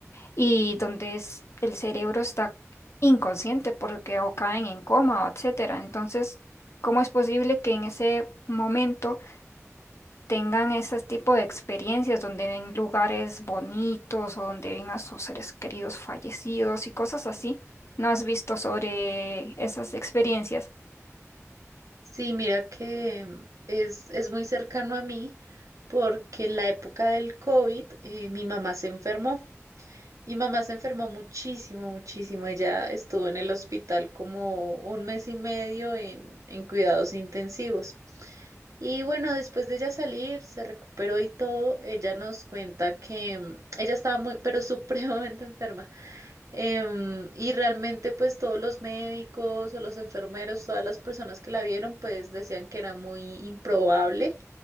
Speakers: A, on the left (about 60°); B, on the right (about 80°).
A: y donde es- el cerebro está inconsciente porque o caen en coma, etcétera. Entonces, ¿cómo es posible que en ese momento tengan ese tipo de experiencias donde ven lugares bonitos o donde ven a sus seres queridos fallecidos y cosas así. ¿No has visto sobre esas experiencias?
B: Sí, mira que mm, es, es muy cercano a mí porque en la época del COVID eh, mi mamá se enfermó. Mi mamá se enfermó muchísimo, muchísimo. Ella estuvo en el hospital como un mes y medio en, en cuidados intensivos. Y bueno, después de ella salir, se recuperó y todo, ella nos cuenta que mm, ella estaba muy, pero <laughs> supremamente enferma. Em, y realmente pues todos los médicos o los enfermeros, todas las personas que la vieron pues decían que era muy improbable